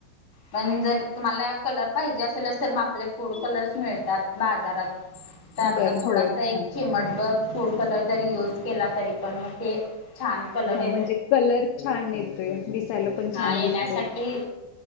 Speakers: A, on the left; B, on the left.
A: पण जर तुम्हाला कलर पाहिजे असेलच तर मग आपले फूड कलर मिळतात बाजारात त्यातला
B: बरं
A: थोडासा
B: होय
A: एक
B: हां
A: चिमटभर फूड कलर जरी युज केला तरी पण मग ते छान कलर
B: हां
A: ये
B: म्हणजे कलर छान येतोय दिसायला पण
A: हा
B: छान
A: येण्यासाठी
B: दिसतंय.